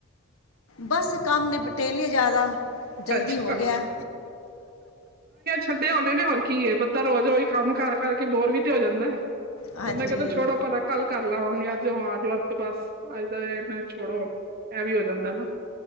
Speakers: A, on the left; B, on the right.
A: ਬਸ ਕੰਮ ਨਿਪਟੇ ਲਿਆ ਜ਼ਿਆਦਾ ਜਲਦੀ
B: ਅੱਛਾ
A: ਹੋ ਗਿਆ।
B: <unintelligible> ਹੁੰਦੇ ਨੇ ਹੋਰ ਕੀ ਏ ਬੰਦਾ ਰੋਜ਼ ਈ ਕੰਮ ਕਰ। ਕਰਕੇ ਬੋਰ ਵੀ ਤੇ ਹੋ ਜਾਂਦੇ।
A: ਹਾਂਜੀ
B: ਬੰਦਾ ਕਹਿੰਦਾ ਛੋੜੋ ਪਰਾ। ਕੱਲ ਕਰ ਲਾ ਹੁਣ ਨੀ ਅੱਜ ਹੁਣ ਅੱਜ ਵਾਸਤੇ ਬਸ। ਅੱਜ ਦਾ ਦਿਨ ਏਨਾ ਛੋੜ੍ਹੋ। ਇਹ ਵੀ ਹੋ ਜਾਂਦਾ ਨਾ।